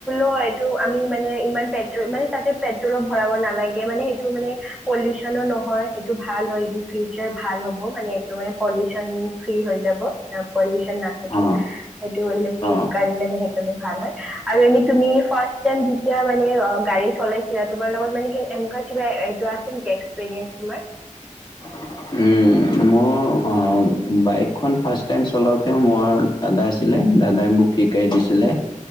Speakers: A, in the centre; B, on the left (about 35°).
A: হয় এইটো আমি মানে ইমান পেট্ৰল মানে তাতে পেট্ৰলো ভৰাব নালাগে মানে সেইটো মানে পলিউচনো নহয় এইটো ভাল হয়। ইন দি ফিউচাৰ ভাল হব মানে এইটো মানে পলিউচন ফ্ৰী হৈ যাব। এ পলিউচ নাথাকে
B: অ
A: সেইটো ইলেক্ট্ৰিক
B: অ
A: গাড়ী কাৰণে সেইকাৰণে ভাল হয়। আৰু এনে তুমি ফাৰ্ষ্ট টাইম যেতিয়া মানে অ গাড়ী চলাইছিলা তোমাৰ লগত মানে কি এনেকুৱা কিবা এই কোৱা চোন এক্সপিৰিয়েঞ্চ তোমাৰ?
B: উম। মোৰ অ বাইকখন ফাৰ্ষ্ট টাইম চলাওঁতে মোৰ দাদা আছিলে দাদাই মোক শিকাই দিছিলে।